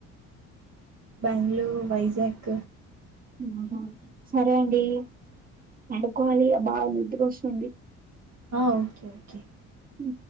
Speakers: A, on the right (about 40°); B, on the right (about 20°).
A: బెంగళూర్, వైజాక
B: ఆహ సరే అండి పడుకోవాలి బాగా నిద్ర వస్తుంది
A: ఆ ఓకే ఓకే
B: ఉ